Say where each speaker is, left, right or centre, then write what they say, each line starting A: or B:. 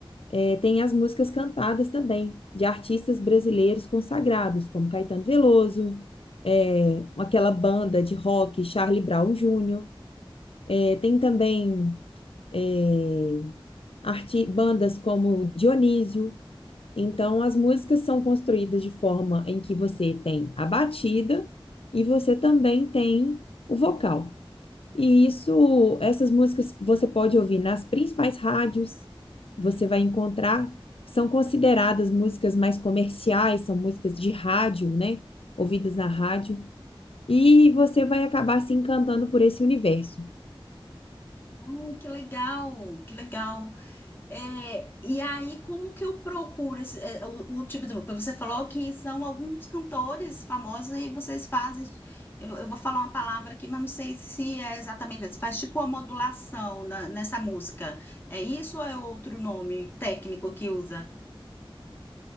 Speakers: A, on the left; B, on the left.
A: É, tem as músicas cantadas também, de artistas brasileiros consagrados, como Caetano Veloso, é, aquela banda de rock, Charlie Brown Jr. É, tem também é, arti- bandas como Dionísio. Então, as músicas são construídas de forma em que você tem a batida e você também tem o vocal. E isso, essas músicas você pode ouvir nas principais rádios, você vai encontrar, são consideradas músicas mais comerciais, são músicas de rádio, né? Ouvidas na rádio, e você vai acabar se encantando por esse universo.
B: Oh, que legal, que legal. É, e aí, como que eu procuro esse, é, o, o tipo de. Você falou que são alguns cantores famosos e vocês fazem. Eu, eu vou falar uma palavra aqui, mas não sei se é exatamente essa. Faz tipo uma modulação na- nessa música. É isso ou é outro nome técnico que usa?